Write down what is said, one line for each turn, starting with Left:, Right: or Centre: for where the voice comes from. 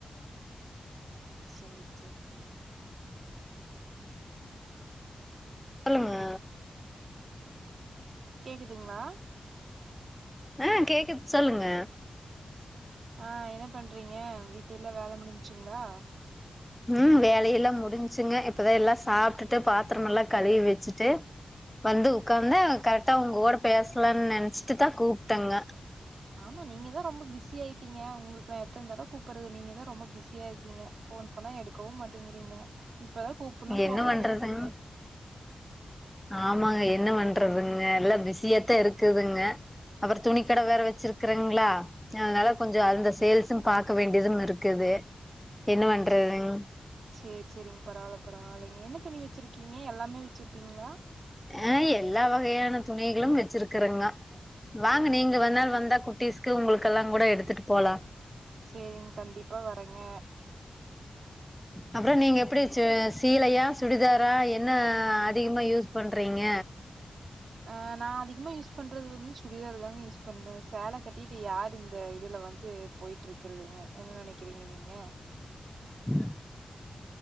Right: சேரி சேரி அஹ்
Centre: சொல்லுங்க
Right: கேக்குதுங்களா
Centre: ஆஹ் கேக்குது சொல்லுங்க
Right: ஆஹ் என்ன பண்றீங்க வீட்டு எல்லா வேல முடிஞ்சச்சுங்களா
Centre: உம் வேலையெல்லாம் முடிஞ்சுங்க இப்பதான் எல்லா சாப்பிட்டுட்டு பாத்திரம எல்லாம் கழுவி வச்சுட்டு வந்து உட்காந்த கரெக்டா உங்க ஓட பேசலாம்னு நினைச்சிட்டுதான் கூப்பிட்டேங்க
Right: ஆமா நீங்க தான் ரொம்ப பிசியா ஆயிட்டீங்க உங்களுக்கு நா எத்த தடவ கூப்பிடறது நீங்கதான் ரொம்ப பிஸியா இருக்கீங்க போன் பண்ணா எடுக்கவும் மாட்டேங்கிறீங்க இப்பதான் கூப்பனணும்னு
Centre: என்ன
Right: தோணியிருக்கு
Centre: பண்றதுங்
Right: உங்களுக்கு
Centre: ஆமாங்க என்ன பண்றதுங்க எல்லா பிஸியாத்தா இருக்குதுங்க அப்புறம் துணி கடை வேற வச்சிருக்குறங்களா அதனால கொஞ்சம் அந்த சேல்ஸும் பாக்க வேண்டியதும் இருக்குது என்ன பண்றதுங்
Right: சேரி சேரி சேரிங்க பரவால பரவால்லை நீங் என்ன துணி வச்சிருக்கீங்க எல்லாமே வச்சுப்பீங்களா
Centre: அஹ் எல்லா வகையான துணிகளும் வச்சிருக்குறங்க வாங்க நீங்க வந்தா வந்தா குட்டிஸ்க்கு உங்களுக்கெல்லாம் கூட எடுத்துட்டு போலாம்
Right: சேரிங்க கண்டிப்பா வரங்க
Centre: அப்போறம் நீங்க எப்படிச்சு சே சீலையா சுடிதாரா என்ன அதிகமா யூஸ் பண்றீங்க
Right: ஆஹ் நா அதிகமா யூஸ் பண்றது வந்து சுடிதார் தாங்க யூஸ் பண்றேன் சேல கட்டிட்டு யாரு இந்த இதுல வந்து போயிட்டு இருக்குதுங்க என்ன நினைக்கிறிங்க நீங்க
Centre: உஹ